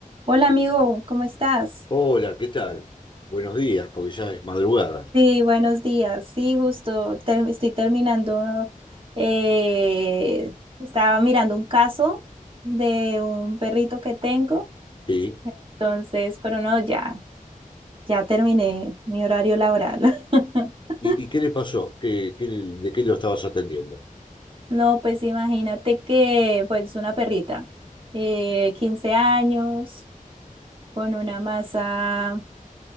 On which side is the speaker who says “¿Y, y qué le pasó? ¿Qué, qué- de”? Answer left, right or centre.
Left